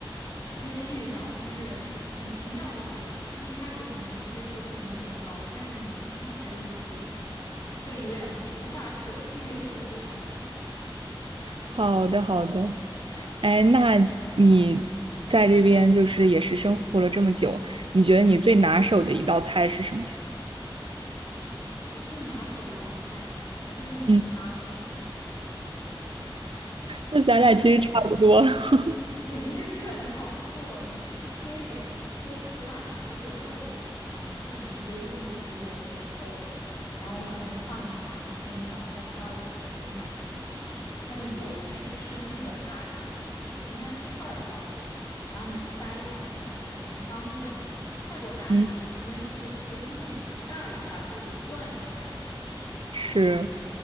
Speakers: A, on the left; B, on the right.
A: 可以试一下，就是很奇妙的味道。就是一开始可能会接受度没有那么高，但是你不知不觉你会会有点无法舍弃的一种味道。
B: 好的好的，哎，那你在这边就是也是生活了这么久，你觉得你最拿手的一道菜是什么呀？
A: 我最拿手的一道菜还真的是咖喱，
B: 嗯，那咱俩其实差不多。
A: <laughs>
B: <laughs>
A: <laughs> 对，因为真的很好做，每次切一点，我我懒的时候我肉都不放，我就是直接就是胡萝卜、土豆，然后我可能会放一点洋葱，然后再倒一点牛奶进去。但是我是吃日本咖喱比较多，因为它是块儿状的，然后每次掰一块儿就很很方便嘛。泰国咖喱我们这边就都是那种一袋儿一袋儿或者一罐一罐儿的，
B: 嗯。是